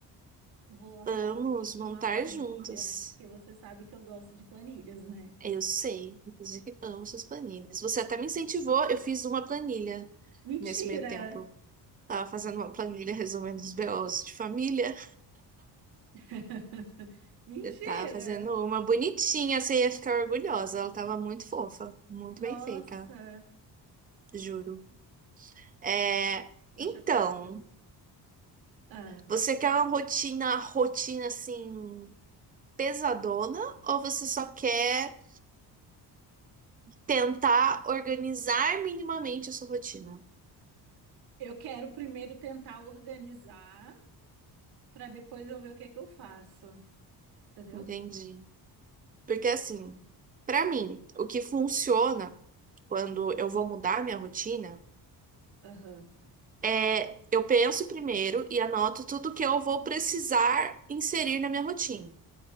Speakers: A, on the right (about 65°); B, on the right (about 20°).
A: Vou até
B: Vamos
A: abrir aqui
B: montar
A: uma planilha,
B: juntas.
A: porque você sabe que eu gosto de planilhas, né?
B: Eu sei, inclusive amo suas planilhas. Você até me incentivou, eu fiz uma planilha
A: Mentira!
B: nesse meio tempo. Tava fazendo uma planilha resolvendo os BOs de família.
A: <laughs> Mentira!
B: Eu tava fazendo uma bonitinha, você ia ficar orgulhosa. Ela tava muito fofa, muito
A: Nossa!
B: bem feita, juro. É,
A: Tô
B: então,
A: chocada. Ah,
B: você quer uma rotina, rotina assim, pesadona, ou você só quer tentar organizar minimamente a sua rotina?
A: eu quero primeiro tentar organizar para depois eu ver o que que eu faço, entendeu?
B: Entendi. Porque assim, pra mim, o que funciona quando eu vou mudar minha rotina
A: Aham.
B: É, eu penso primeiro e anoto tudo que eu vou precisar inserir na minha rotina.